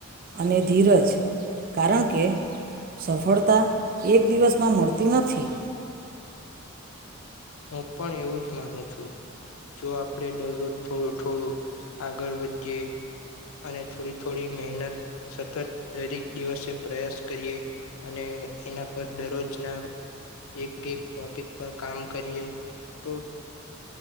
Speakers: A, on the right (about 45°); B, on the left (about 85°).
A: અને ધીરજ કારણ કે સફળતા એક દિવસમાં મળતી નથી.
B: હું પણ એવું જ માનું છું જો આપણેે દરરોજ થોડું થોડું આગળ વધીએ અને થોડી થોડી મહેનત સતત દરેક દિવસે પ્રયાસ કરીએ અને એના પર દરરોજના એક એક ટોપિક પર કામ કરીએ તો